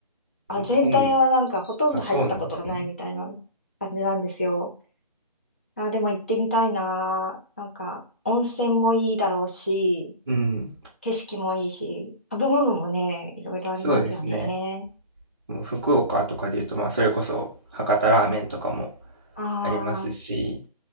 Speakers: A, on the left; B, on the right.
A: あ、全体はなんか、
B: 本、
A: ほとんど入ったことがないみたいな
B: あ、そうなんですね。
A: 感じなんですよ。あ、でも行ってみたいな。なんか、温泉もいいだろうし、
B: うん。
A: 景色もいいし、食べ物もね、いろいろありますよね。
B: そうですね。もう福岡とかで言うと、まあ、それこそ博多ラーメンとかも
A: あ
B: ありますし、